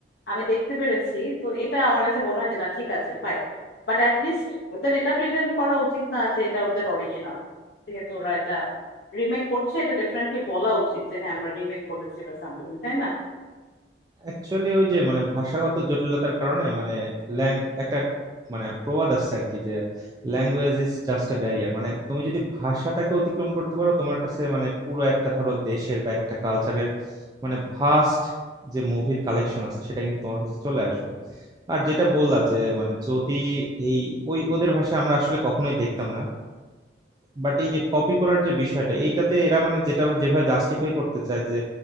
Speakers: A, on the left; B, on the right.
A: আমি দেখতে পেরেছি তো এটা আমার কাছে মনে হয় যে না ঠিক আছে ফাইন বাট অ্যাটলিস্ট ওদের এটা প্রেজেন্ট করা উচিত না যে এটা ওদের অরিজিনাল যেহেতু ওরা এটা রিমেক করছে এটা ডেফিনেটলি বলা উচিত যে হ্যাঁ আমরা রিমেক করেছি বা সামথিং তাই না
B: অ্যাকচুয়ালি ওই যে মানে ভাষাগত জটিলতার কারণে মানে ল্যাং একটা মানে প্রবাদ আছে আর কি যে language is just a barrier মানে তুমি যদি ভাষাটাকে অতিক্রম করতে পারো তোমার কাছে মানে পুরো একটা ধরো দেশের বা একটা কালচারের মানে ভাস্ট যে মুভির কালেকশন আছে সেটা কিন্তু তোমার কাছে চলে আসবে আর যেটা বললা যে মানে যদি এই ওই ওদের ভাষায় আমরা আসলে কখনোই দেখতাম না বাট এই যে কপি করার যে বিষয়টা এইটাতে এরা মানে যেটা যেভাবে জাস্টিফাই করতে চায় যে